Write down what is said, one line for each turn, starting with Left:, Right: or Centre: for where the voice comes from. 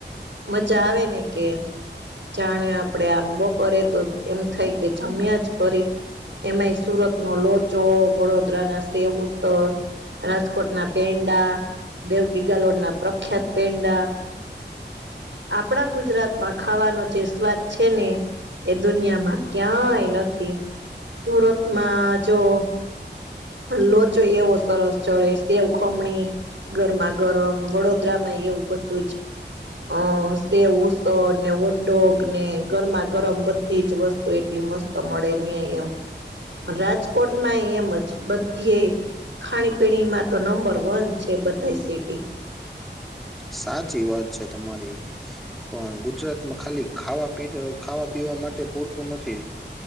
Right: મજા આવે ને કે જાણે આપડે આંબો પે તો એમ થાય કે જમ્યા જ પ એમાંય સુરત ન લોચો વડોદરાના સેવું સ્થળ રાજકોટના પેંડા દેવકી ગલોડ ના પ્રખ્યાત પેંડા આપણા ગુજરાતમાં ખાવાનો જે સ્વાદ છે ને. એ દુનિયામાં ક્યાંય નથી સુરતમાં જો- લોચો એવો સરસ ચડે સેવ ખમણી ગરમા ગરમ વડોદરા માં એવું બધું જ અ સેવું ને વડો ને ગરમા ગરમ બધી જ વસ્તુ એટલી મસ્ત મળે ની એમ રાજકોટમાં એમજ બધી ખાણીપીણીમાં તો નંબર વંન છે બતાઈ સિટી
Centre: સાચી વાત છે તમારી પણ ગુજરાતમાં ખાલી ખાવા પ ખાવા પીવા માટે પૂરતું નથી.